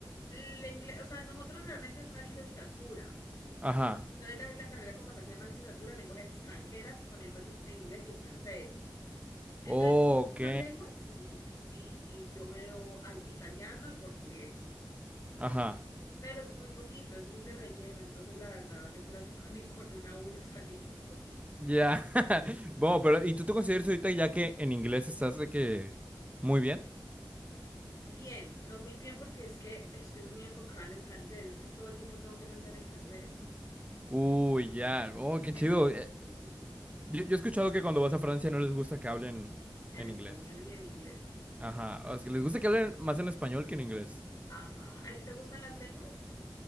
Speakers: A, on the left; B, on the right.
A: El inglés, o sea, nosotros realmente es una licenciatura.
B: Ajá.
A: Entonces la, la carrera como tal se llama licenciatura en lenguas extranjeras con énfasis en inglés y francés. Entonces,
B: Oh,
A: sí,
B: ok.
A: algunas lenguas, sí, sí, sí, yo veo al italiano y portugués,
B: Ajá.
A: pero es muy poquito, es muy de relleno, entonces la verdad, yo creo que con, <laughs> ni con una a uno salimos. <laughs>
B: Ya. <laughs> Bueno, pero ¿y tú te consideras ahorita ya que en inglés estás de que muy bien?
A: Bien, no muy bien porque es que estoy muy enfocada en el francés, es que todo el tiempo tengo que pensar en francés.
B: Uy, ya. Oh, qué
A: Entonces,
B: chido. Eh,
A: sí,
B: yo, yo he escuchado que cuando vas a Francia no les gusta que hablen
A: en
B: en
A: español
B: inglés.
A: y en inglés.
B: Ajá. O sea, que les gusta que hablen más en español que en inglés.
A: Ajá. ¿A ti te gustan las lenguas?